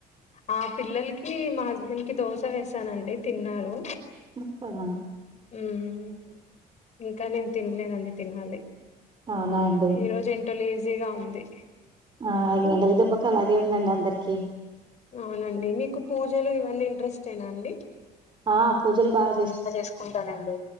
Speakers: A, on the left (about 45°); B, on the right (about 30°).
A: ఆ పిల్లలకి మా హస్బెండ్ కి దోశ వేసానండి తిన్నారు
B: ముప్పద
A: ఉం ఇంకా నేను తినలేదండి తినాలి
B: అవునా అండి
A: ఈ రోజు ఏంటో లేజీగా ఉంది
B: ఆ ఇగ ఇందాల దెబ్బకు అలాగే ఉందండి అందరికి
A: అవునండి మీకు పూజలు ఇవన్నీ ఇంట్రెస్ట్ ఎనా అండి
B: ఆ పూజలు బాగా
A: అలా చేసుకుంటానండి